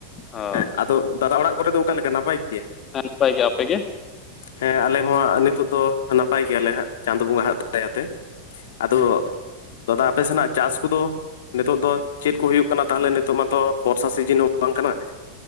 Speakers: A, on the left; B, on the left.
A: ᱚ
B: ᱦᱮᱸ ᱟᱫᱚ! ᱫᱟᱫᱟ ᱚᱲᱟᱜ ᱠᱚᱨᱮ ᱫᱚ ᱚᱠᱟ ᱞᱮᱠᱟ ᱱᱟᱯᱟᱭ ᱜᱮᱭᱟ?
A: ᱦᱮᱸ ᱱᱟᱯᱟᱭ ᱜᱮ, ᱟᱯᱮᱜᱮ?
B: ᱦᱮᱸ ᱟᱞᱮ ᱢᱟ ᱱᱤᱛᱚᱜ ᱫᱚ ᱱᱟᱯᱟᱭ ᱜᱮᱭᱟᱞᱮ ᱦᱟᱸᱜ ᱪᱟᱸᱫᱚ ᱵᱚᱸᱜᱟ ᱦᱟᱜ ᱫᱟᱭᱟᱛᱮ᱾ ᱟᱫᱚ ᱫᱟᱫᱟ ᱟᱯᱮ ᱥᱮᱱᱟᱜ ᱪᱟᱥ ᱠᱚᱫᱚ ᱱᱤᱛᱚᱜ ᱫᱚ ᱪᱮᱫ ᱠᱚ ᱦᱩᱭᱩᱜ ᱠᱟᱱᱟ ᱛᱟᱦᱚᱞᱮ ᱱᱤᱛᱚᱜ ᱢᱟᱛᱚ᱾ ᱵᱚᱨᱥᱟ ᱥᱤᱡᱤᱱ ᱦᱚᱸ ᱵᱟᱝ ᱠᱟᱱᱟ!